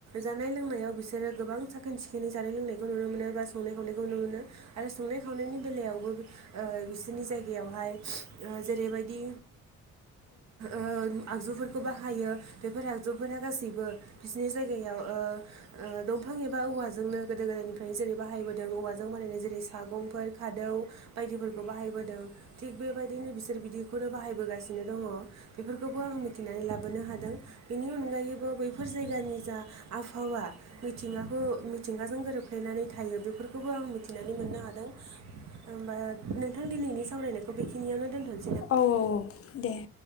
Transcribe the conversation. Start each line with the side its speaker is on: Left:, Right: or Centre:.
Right: जानाय लोंनायाव बिसोरो गोबां साखोन सिखोनै जानाय लोंनायखौ नुनो मोनो बा संनाय खावनायखौ नुनो मोनो आरो संनाय खावनायनि बेलायावबो ओ बिसोरनि जायगायावहाय जेरैबायदि ओ आगजु फोर बाहायो बेफोर आगजुफोरा गासैबो बिसिनि जायगायाव ओ ओ दंफां एबा औ। औवाजोंनो गोदो गोदायनिफ्रायनो जेरै बाहायबोदों औवाजों बानायनाय जेरै सागंफोर खादौ बायदिफोरखौ बाहायबोदों थिग बेबायदिनो बि बिसोर बिदिखौनो बाहायबोगासिनो दङ बेफोरखौबो आं मिथिनानै लाबोनो हादों बेनि अनगायैबो बैफोर जायगानि जा आबहाव वा मिथिंखौ मिथिंगाजों गोरोब्लेनानै थायो बेफोरखौबो आं मिथिनानै मोननो हादों होमबा नोंथां दिनैनि सावरायनायखौ बेखिनियावनो दोन्थ'
Left: औ औ दे